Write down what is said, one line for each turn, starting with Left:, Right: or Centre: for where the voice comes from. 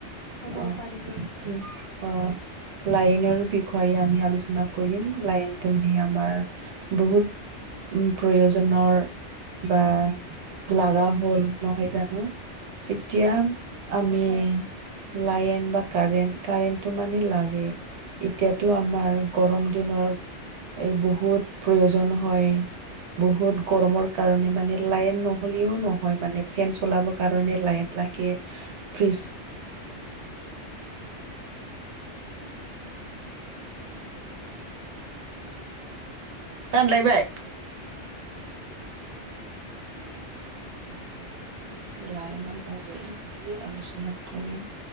Left: হ'ব
Right: অ',
Left: পাৰিব
Right: অ'। লায়নৰ বিষয়ে আ-আলোচনা কৰিম লায়ন। তুমি আমাৰ বহুত উ, প্ৰয়োজনৰ বা লাগা হ'ল নহয় জানো যেতিয়া আমি
Left: অ'
Right: লাইন বা কাৰেণ্ট, কাৰেণ্টটো মানে লাগে। এতিয়াতো আমাৰ গৰম দিনৰ এই বহুত প্ৰয়োজন হয়। বহুত গৰমৰ কাৰণে মানে লাইন নহ'লেও নহয় মানে ফেন চলাব কাৰণে লাইন লাগে, ফ্ৰিজ <inaudible> লাইনৰ বাবে আমি আলোচনা কৰিম।